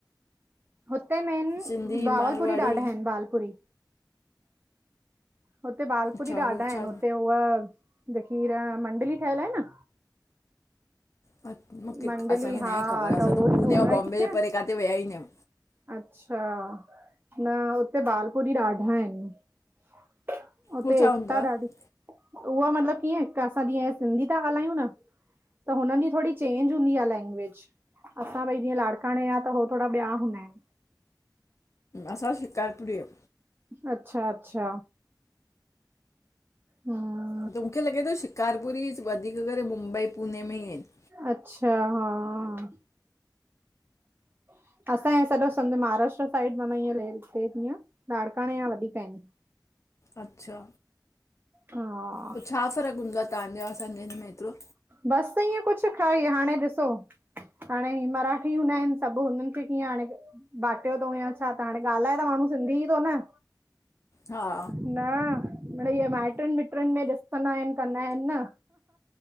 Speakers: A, on the right (about 25°); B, on the left (about 40°).
A: हुते मेन
B: सिंधी
A: ॿावलपुरी
B: मारवाड़ी
A: ॾाढा आहिनि ॿालपुरी। हुते बालपुरी
B: अच्छा
A: ॾाढा
B: हो
A: आहिनि
B: छा
A: हुते उअ जेकी ह मंडली ठहयल आहे न
B: अ मूंखे
A: मंडली
B: असांखे
A: हा
B: नाहे ख़बर असां
A: उहो
B: त पूने
A: हुन
B: ऐं बॉम्बे
A: कीअं
B: जे परे काथे विया ही न आहियूं।
A: अच्छा न हुते बालपुरी ॾाढा आहिनि। उते
B: हू छा
A: एकता
B: हूंदो आहे
A: ॾाढी उहा मतलब कीअं असां जीअं सिंधी था ॻाल्हायूं न त हुननि जी थोड़ी चेंज हूंदी आ लैंग्वेज असां भई जीअं लाड़काणे जा त हो थोड़ा ॿिया हूंदा आहिन।
B: असां शिकारपुरी अयू।
A: अच्छा अच्छा हम्म
B: त मूंखे लॻे थो शिकारपुरी वधीक करे मुंबई, पुने में ही आहिंन।
A: अच्छा हा हा त! असांजे सॼो समुझ महाराष्ट्र साइॾ मन ईअं हितअं लाड़काणे या वधीक आहिनि।
B: अच्छा
A: हा
B: पो छा फ़र्क़ हूंदो आ तव्हांजा असांजे में हेतिरो?
A: बस ईएंं कुझ खाई हाणे ॾिसो हाणे ही मराठी हूंदा आहिंन सभ हुननि खे कीअं हाणे बाटियो तऊ या छा त हाणे ॻाल्हाए त माण्हू सिंधी थो न।
B: हा
A: न मीणइ माइटनि मिटृन में ॾिसंदा आहिन कंदा आहिन न।